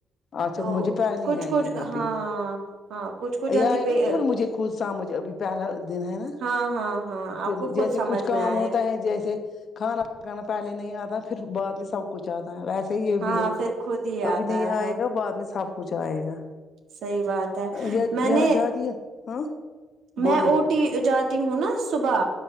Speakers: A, on the left (about 55°); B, on the right (about 75°).
A: اچھا
B: تو
A: مجھے پہلی
B: کچھ
A: ہے
B: کچھ
A: یہ ابھی
B: ہاں ہاں کچھ کچھ جلدی
A: یہ آئے
B: پہ
A: گا نا پھر مجھے خود سا مجھے ابھی پیالا دن ہے نا
B: ہاں ہاں ہاں
A: پھر
B: آپ کو
A: جیسے
B: خود سمجھ
A: کچھ کام
B: میں آئے
A: ہوتا ہے جیسے کھانا پکانا پہلے نہیں آتا پھر بعد میں سب کچھ آتا ہے ویسے ہی یہ
B: ہاں
A: بھی ہے
B: پھر خود ہی
A: ابھی
B: آتا
A: نہیں
B: ہے
A: آئے گا بعد میں سب کچھ آئے گا
B: صحی بات ہے
A: یہ
B: میں
A: یہاں
B: نے
A: جاتی ہے ہاں
B: میں
A: بولیے
B: جاتی ہوں نا صبح